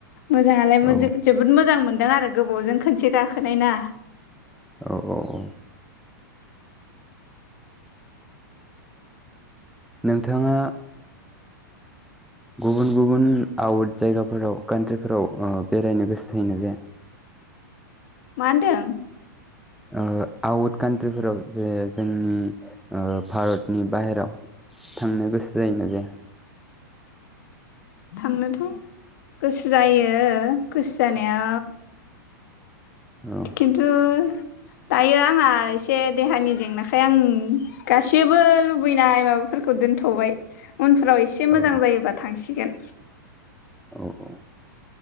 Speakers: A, on the left; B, in the centre.
A: मोजाङालाय
B: औ
A: मोजो जोबोद मोजां मोनदों आरो गोबोवजों खोनसे गाखोनाय ना
B: औ औ औ नोंथाङा गुबुन गुबुन आवट जायगाफोराव कान्ट्रिफोराव ओ बेरायनो गोसो जायोना जाया
A: मा होनदों
B: ओ आउट कान्ट्रिफोराव जे जोंनि ओ भारतनि बाहेराव थांनो गोसो जायोना जाया
A: थांनोथ' गोसो जायो गोसो जानाया
B: औ
A: किन्थु दायो आंहा एसे देहानि जेंनाखाय आं गासैबो लुबैनाय माबाफोरखौ दोनथ'बाय उनफ्राव इसे
B: औ
A: मोजां जायोबा थांसिगोन
B: औ औ